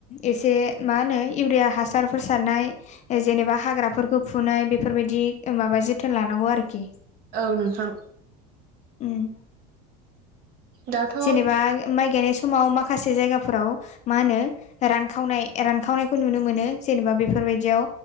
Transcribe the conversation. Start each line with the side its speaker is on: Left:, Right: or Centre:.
Left: एसे मा होनो इउरिया हासारफोर सारनाय ओ जेनेबा हाग्राफोरखौ फुनाय बेफोरबायदि माबा जोथोन लानांगौ आरोखि।
Right: औ नोंथां।
Left: उम।
Right: दाथ'
Left: जेनेबा
Right: औ
Left: माइ गायनाय समाव माखासे जायगाफोराव मा होनो? रानखावनाय-रानखावनायखौ नुनो मोनो। जेनेबा बेफोरबायदियाव